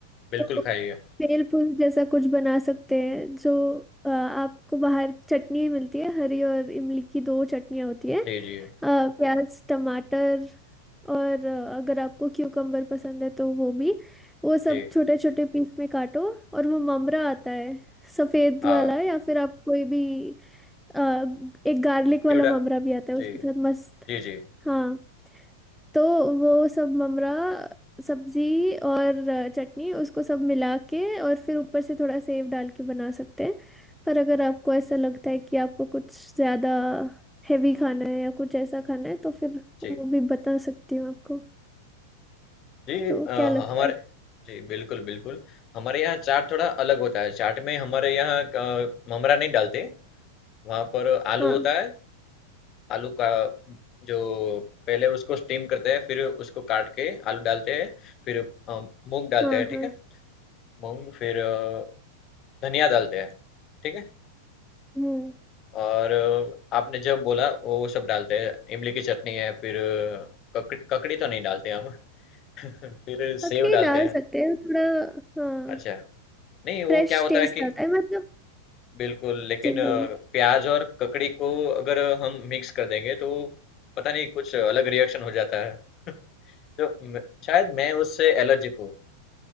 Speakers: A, on the left; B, in the centre.
A: बिल्कुल
B: तो
A: खाइए
B: बेल फूल जैसा कुछ बना सकते हैं जो अ, आपको बाहर चटनी मिलती है हरी और इमली की दो चटनियाँ होती है अ,
A: जी जी
B: प्याज टमाटर और अ, अगर आपको क्यूकम्बर पसंद है तो वो भी वो सब
A: जी
B: छोटे छोटे पीस में काटो और वो ममरा आता है सफ़ेद
A: हाँ
B: वाला या फिर आप कोई भी अ, एक गार्लिक वाला
A: चिवड़ा
B: ममरा भी आता है
A: जी
B: उसके साथ मस्त
A: जी, जी,
B: हाँ तो वो सब ममरा सब्जी और चटनी उसको सब मिला के और फिर ऊपर से थोड़ा सेव डाल के बना सकते हैं पर अगर आपको ऐसा लगता है कि आपको कुछ ज़्यादा हेवी खाना है या कुछ ऐसा खाना है तो फिर
A: जी।
B: वो भी बता सकती हूँ आपको
A: जी
B: तो
A: अ, ह
B: क्या लगता
A: हमारे
B: है
A: जी, बिल्कुल, बिल्कुल। हमारे यहाँ चाट थोड़ा अलग होता है, चाट में हमारे यहाँ क ममरा नहीं डालते, वहाँ पर आलू
B: हाँ
A: होता है, आलू का जो पहले उसको स्टीम करते हैं, फिर उसको काट के आलू डालते हैं, फिर अ, मूँग डालते
B: हाँ
A: हैं, ठीक
B: हाँ
A: है? मूँग फिर अ, धनिया डालते हैं, ठीक है?
B: हम्म
A: और अ, आपने जब बोला वो सब डालते हैं, इमली की चटनी है, फिर अ, ककड़ी ककड़ी तो नहीं डालते हम, <laughs> फिर
B: ककड़ी
A: सेव डालते
B: डाल
A: हैं।
B: सकते हैं थोड़ा हाँ
A: अच्छा। नहीं, वो
B: फ्रेश
A: क्या होता
B: टेस्ट
A: है कि
B: आता है मतलब
A: बिल्कुल, लेकिन
B: जी
A: अ,
B: बोलिए
A: प्याज़ और ककड़ी को अगर हम मिक्स कर देंगे तो पता नहीं कुछ अलग रिएक्शन हो जाता है। <laughs> तो म शायद मैं उससे एलर्जिक हूँ।